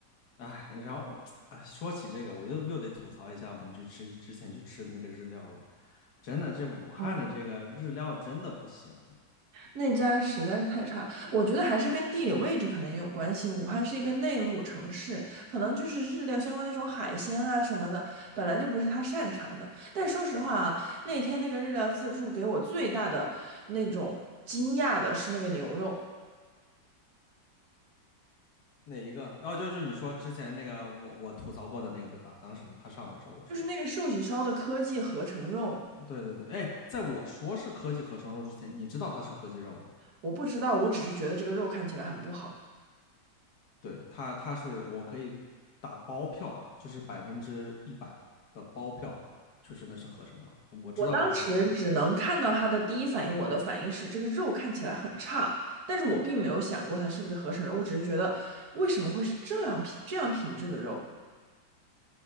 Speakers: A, on the left; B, on the right.
A: 哎，然后我，哎，说起这个，我又又得吐槽一下我们去吃之前去吃的那个日料了。真的，这武汉的这个日料真的不行，
B: 嗯。那家实在是太差，我觉得还是跟地理位置可能也有关系。武汉是一个内陆城市，可能就是日料相关那种海鲜啊什么的，本来就不是他擅长的。但说实话啊，那天那个日料自助给我最大的那种惊讶的是那个牛肉，
A: 哪一个？然后哦就就你说之前那个我我吐槽过的那个对吧？当时他上来之后我说的，
B: 就是那个寿喜烧的科技合成肉。
A: 嗯对对对，哎，在我说是科技合成肉之前，你知道它是科技肉吗？
B: 我不知道，我只是觉得这个肉看起来很不好。
A: 对，它它是我可以打包票啊，就是百分之一百的包票，就是那是合成肉，我知道这是合成肉。
B: 我当时只能看到他的第一反应，我的反应是这个肉看起来很差，但是我并没有想过它是不是合成肉，我只是觉得为什么会是这样品这样品质的肉。